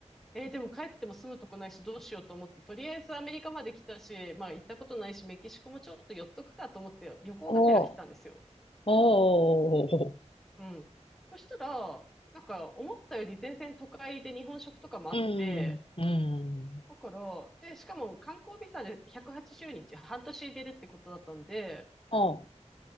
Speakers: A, in the centre; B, on the left.
A: えーでも帰っても住むとこないしどうしようと思って、とりあえずアメリカまで来たし、まあ行ったことないしメキシコもちょっと寄っとくかと思って旅行がてら来たんですよ。
B: おおお、
A: うん。そしたら、なんか思ったより全然都会で日本食とかもあって、
B: うん、うん、
A: だから、で、しかも観光ビザで180日、半年入れるってことだったんで、
B: お